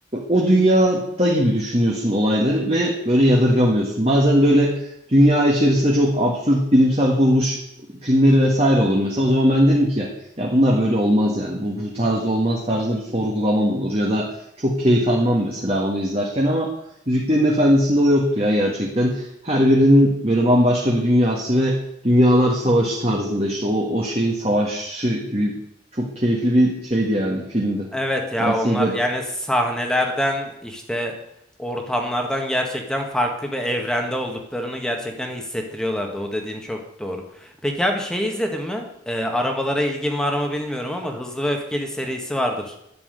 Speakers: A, on the right; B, in the centre.
A: o dünyada gibi düşünüyorsun olayları ve böyle yadırgamıyorsun. Bazen böyle dünya içerisinde çok absürt bilimsel kurgu ş- filmleri vesaire olur. Mesela o zaman ben derim ki ya, ya bunlar böyle olmaz yani. Bu bu tarzda olmaz tarzında bir sorgulamam olur ya da çok keyif almam mesela onu izlerken ama Yüzüklerin Efendisi'nde o yoktu ya gerçekten. Her birinin böyle bambaşka bir dünyası ve dünyalar savaşı tarzında işte o o şeyin savaşı gibi çok keyifli bir şeydi yani filmde.
B: Evet ya
A: Tavsiye
B: onlar
A: ederim.
B: yani sahnelerden işte ortamlardan gerçekten farklı bir evrende olduklarını gerçekten hissettiriyorlardı. O dediğin çok doğru. Peki abi şey izledin mi? Ee, arabalara ilgin var mı bilmiyorum ama Hızlı ve Öfkeli serisi vardır.